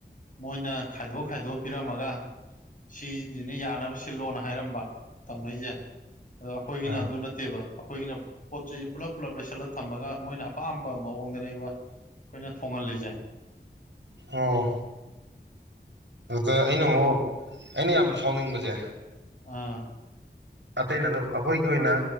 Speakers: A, on the left; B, on the right.
A: ꯃꯣꯏꯅ ꯈꯥꯏꯗꯣꯛ ꯈꯥꯏꯗꯣꯛ ꯄꯤꯔꯝꯃꯒ ꯁꯤꯁꯤꯅ ꯌꯥꯅꯕ ꯁꯤꯜꯂꯣꯅ ꯍꯥꯏꯔꯝꯕ ꯇꯧꯅꯩꯁꯦ ꯑꯗꯣ ꯑꯩꯈꯣꯏꯒꯤꯅ
B: ꯑꯥ
A: ꯑꯗꯨ ꯅꯠꯇ ꯅꯠꯇꯦꯕ ꯑꯩꯈꯣꯏꯒꯤꯅ ꯄꯣꯠ ꯆꯩꯁꯤ ꯄꯨꯂꯞ ꯄꯨꯂꯞ ꯂꯩꯁꯤꯜꯂꯒ ꯊꯝꯃꯒ ꯃꯣꯏꯅ ꯑꯄꯥꯝ ꯕ ꯃꯑꯣꯡꯗꯅꯦꯕ ꯑꯩꯈꯣꯏꯅ ꯊꯣꯡꯍꯜꯂꯤꯖꯦ
B: ꯑꯣ ꯑꯗꯨꯗ ꯑꯩꯅ ꯑꯃꯨꯛ ꯑꯩꯅ ꯌꯥꯝ ꯁꯥꯎꯅꯤꯡꯕꯁꯦ
A: ꯑꯥ
B: ꯑꯇꯩ ꯅꯠꯇꯕ ꯑꯩꯈꯣꯏꯒꯤ ꯑꯣꯏꯅ